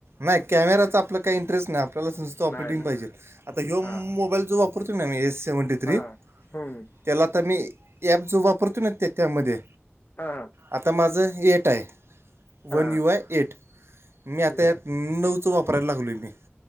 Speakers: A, on the right (about 65°); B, on the left (about 45°).
A: नाही कॅमेराचं आपलं काही इंटरेस्ट नाही आपल्याला स्स्त ऑपेटिंग
B: नाही ना
A: पाहिजे आता ह
B: हा
A: मोबाईल जो वॉप वापरत ना मी एस सेव्हनटी थ्री
B: हा हम्म
A: त्याला तर मी. ॲप जो वापरतो न्ह त्या त्यामध्ये
B: हा
A: आता माझं एट आहे.
B: हा
A: वन यू आय एट मी आता
B: ये.
A: यात नऊचं वापरायला लागलो आहे मी.